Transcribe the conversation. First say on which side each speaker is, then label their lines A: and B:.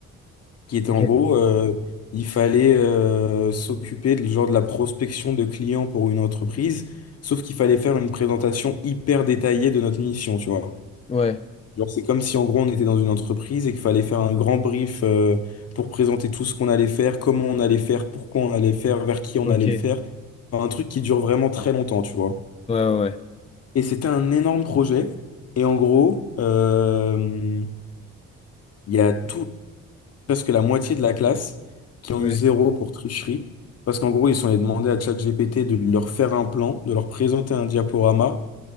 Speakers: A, on the left; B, on the left.
A: qui était
B: Ok.
A: en gros, euh, il fallait euh, s'occuper de, genre, de la prospection de clients pour une entreprise, sauf qu'il fallait faire une présentation hyper détaillée de notre mission, tu vois.
B: Ouais,
A: Genre, c'est comme si en gros, on était dans une entreprise et qu'il fallait faire un grand brief euh, pour présenter tout ce qu'on allait faire, comment on allait faire, pourquoi on allait faire, vers qui on
B: Ok.
A: allait le
B: ouais,
A: faire. Enfin, un truc qui dure vraiment très longtemps, tu vois.
B: ouais. ouais.
A: Et c'était un énorme projet. Et en gros, euh, il y a tout, presque la moitié de la classe qui ont
B: Ouais.
A: eu zéro pour tricherie. Parce qu'en gros, ils sont allés demander à ChatGPT de leur faire un plan, de leur présenter un diaporama